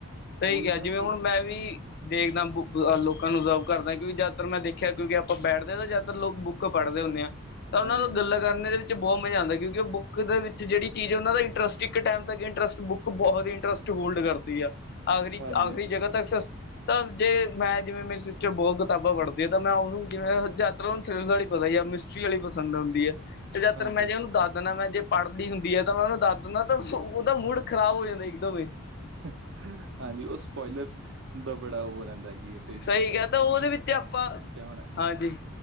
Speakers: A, on the left (about 45°); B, on the right (about 55°).
A: ਸਹੀ
B: ਉਹੀ
A: ਕਿਹਾ।
B: ਨਾ
A: ਜਿਵੇਂ
B: ਕਿ
A: ਹੁਣ ਮੈਂ ਵੀ- ਦੇਖਦਾ ਬੁੱਕ -ਲੋਕਾਂ ਨੂੰ ਰਿਜ਼ਵ ਕਰਦਾ ਆਂ। ਕਿਉਂਕਿ ਜਿਆਦਾਤਰ ਮੈਂ ਦੇਖਿਆ। ਕਿਉਂਕਿ ਆਪਾਂ ਬੈਠਦੇ ਆਂ ਨਾ ਜਦ - ਲੋਕ ਬੁੱਕ ਪੜ੍ਹਦੇ ਹੁੰਦੇ ਆ। ਤਾਂ
B: ਹਾਂਜੀ-ਹਾਂਜੀ-ਹਾਂਜੀ,
A: ਉਹਨਾਂ ਨਾਲ ਗੱਲਾਂ ਕਰਨ ਦੇ- ਬਹੁਤ ਮਜ਼ਾ ਆਉਂਦਾ। ਕਿਉਂਕਿ ਉਹ ਬੁੱਕ ਦੇ ਵਿੱਚ ਜਿਹੜੀ ਚੀਜ਼ ਹੈ। ਉਹਨਾਂ ਦਾ ਇੰਟਰਸਟ ਇੱਕ ਟਾਈਮ ਤੱਕ ਇੰਟਰਸਟ ਬੁੱਕ- ਉਹ ਬਹੁਤ ਹੀ ਇੰਟਰਸਟ ਹੋਲਡ ਕਰਦੀ ਆਂ। ਆਖਰੀ-
B: ਹਾਂਜੀ-ਹਾਂਜੀ,
A: ਆਖਰੀ
B: ਹਾਂਜੀ-ਹਾਂਜੀ-ਹਾਂਜੀ।
A: ਜਗ੍ਹਾ ਤੱਕ ਸਸ - ਤਾਂ ਜੇ ਮੈਂ ਜਿਵੇਂ, ਮੇਰੀ ਸਿਸਟਰ ਬਹੁਤ ਕਿਤਾਬਾਂ ਪੜ੍ਹਦੀ ਆ ਤਾਂ ਮੈਂ ਉਹਨੂੰ ਜਿਵੇਂ- ਤਰੋ ਚਰਨ ਦਾ ਪਤੈ ਆਂ। ਮਿਸਟਰੀ ਆਲੀ ਪਸੰਦ ਆਉਂਦੀ ਏ, ਤੇ ਜਾਦਤਰ
B: ਹਾਂਜੀ
A: ਮੈਂ
B: ਹਾਂਜੀ ਹਾਂਜੀ
A: ਜੇ ਉਹਨੂੰ
B: ਹਾਂਜੀ
A: ਦੱਸ ਦਿੰਦਾ, ਮੈਂ ਜੇ- ਪੜ੍ਹਦੀ ਹੁੰਦੀ ਹੈ। ਤਾਂ ਮੈਂ ਉਹਨੂੰ ਦੱਸ ਦਿੰਦਾ ਤਾਂ, ਉਹਦਾ ਮੂਡ ਖ਼ਰਾਬ ਹੋ ਜਾਂਦਾ, ਇੱਕ ਦਮ ਹੀ।
B: ਹਾਂਜੀ, ਉਹ ਸਪੋਯਲਸ ਦਾ ਬੜਾ, ਉਹ ਰਹਿੰਦਾ ਕੀ ਹੈ।
A: ਸਹੀ ਕਿਹਾ। ਤਾਂ ਉਹਦੇ ਵਿੱਚ ਆਪਾਂ
B: ਹੋਣਾ
A: -ਹਾਂਜੀ